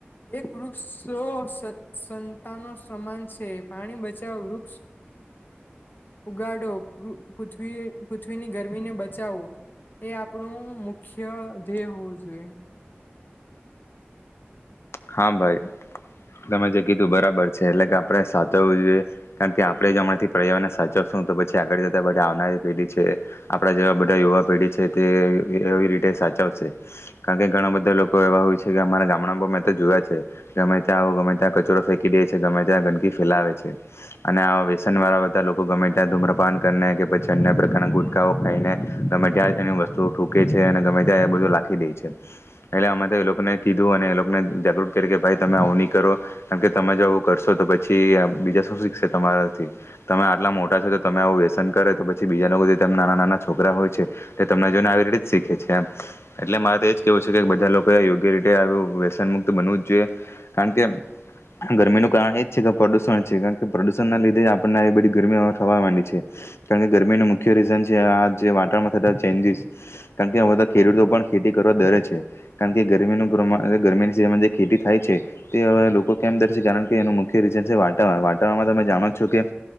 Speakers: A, on the left (about 50°); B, on the left (about 80°).
A: એક વૃક્ષો સંતાનો સમાન છે. પાણી બચાવ, વૃક્ષ ઉગાડો, પૃથ્વી પૃથ્વીની ગરમી. ગરમીને બચાવો એ આપણું મુખ્ય ધ્યેય હોવું જોઈએ.
B: હા, ભાઈ. તમે જે કીધું બરાબર છે. એટલે કે આપડે સાચવવું જોઈએ, કારણ કે આપડે જ હમણાંથી પર્યાવરને સાચો તો પછી આગળ જતા બધા આવનારી પેઢી છે, આપડા જેવા બધા યુવા પેઢી છે, તે એવી રીતે સાચવશે. કારણ કે ઘણા બધા લોકો એવા હોય છે કે અમારા ગામડામાં જોયા છે. ગમે ત્યાં ગમે ત્યાં કચોરો ફેંકી દે છે, ગમે ત્યાં ગંદકી ફેલાવે છે અને વ્યસન વાળા આવતા લોકો ગમે ત્યાં ધૂમ્રપાન કરીને કે પછી અન્ય પ્રકારના ગુટકાઓ ખાઈને ગમે ત્યા વસ્તુૂ છે. અને ગમે ત્યા બધું લખી દે છે. એટલે અમે તો એ લોકોને કીધું, અને જાગૃત કરે કે, ભાઈ, તમે આવું નહીં કરો. કારણ કે તમે જો આવું કરશો, તો પછી બીજા શું શીખશે? તમે આટલા મોટા છો, તો તમે આવું વ્યસન કરે, તો પછી બીજા લોકો, નાના-નાના છોકરા હોય છે. તમને જોને આવી રીતે જ શીખે છે એમ. એટલે મારે તો એજ કેવું છે કે, બધા લોકો યોગ્ય રીતે. મુકત બનવું જ જોઈએ. કારણ કે. ગરમીનું કારણ એ જ છે કે પ્રદુષણ છે. કારણ કે પ્રદુષણ ના લીધે આપણને આવી બધી ગરમીઓ થવા માંડી છે. કારણ કે ગરમીનું મુખ્ય રીઝન છે આ જે વાતાવરણમાં થતા ચેન્જીસ‌. કારણ કે હવે તો ખેડૂતો પણ ખેતી કરવા તૈયાર છે. કારણ કે ગરમીનું પ્રમાણ ગરમી જે ખેતી થાય છે, તે હવે લોકો કેમ કરશે? કારણ કે એનું મુખ્ય રીઝન છે. વાતાવરણ વાતાવરમાં, તમે જાણો કેમ?